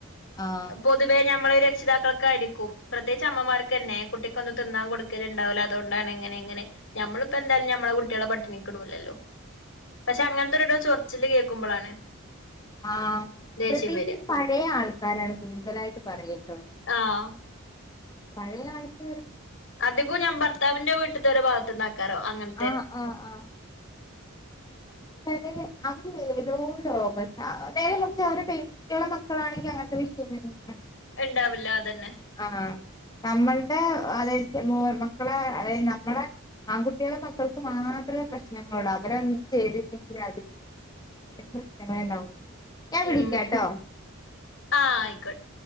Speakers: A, on the left; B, on the left.
A: ആ
B: പൊതുവേ നമ്മള് രക്ഷിതാക്കൾ ക്കായിരിക്കും പ്രത്യേകിച്ച് അമ്മമാർക്ക് തന്നെ കുട്ടിക്കൊന്നും തിന്നാൻ കൊടുക്കലുണ്ടാവില്ല അതുകൊണ്ടാണ് ഇങ്ങനെ എങ്ങനെ. ഞമ്മളിപ്പോ എന്തായാലും ഞമ്മളെ കുട്ടികളെ പട്ടിണിക്കിടൂലല്ലോ. പക്ഷെ അങ്ങനത്തെരുടെ ചൊറിച്ചില് കേൾക്കുമ്പളാണ്.
A: ആഹ്
B: ദേഷ്യം
A: പ്രത്യേകിച്ച്
B: വരിക
A: പഴയ ആൾക്കാരാണ് കൂടുതലായിട്ട് പറയട്ടോ
B: ആഹ്.
A: പഴയ ആൾക്കാര്
B: അധികോം ഞാൻ ഭർത്താവിന്റെ വീട്ട്ത്തോരെ ഭാഗത്ത്ന്നാക്കാരം അങ്ങൻ
A: ആഹ് ആഹ് ആഹ്. <unintelligible> അവര് ഏതോ ലോകത്ത നേരെ മറിച്ച് അവരെ <unintelligible> <unintelligible> മക്കളാണെങ്കി അങ്ങനത്തെ വിഷയം വരൂലാ
B: ഇണ്ടാവില്ല അതന്നെ.
A: ആഹ് നമ്മൾടെ അതായത് മോ മക്കളെ അതായത് നമ്മളെ ആൺകു ട്ടികളെ മക്കൾക്ക് മാത്രേ പ്രശ്നങ്ങളുള്ളൂ അവര് ചെയ്തില്ലെങ്കിൽ അ <unintelligible> ഞാൻ വിളിക്കാട്ടോ.
B: ഉം ആഹ് ആയിക്കോട്ടെ.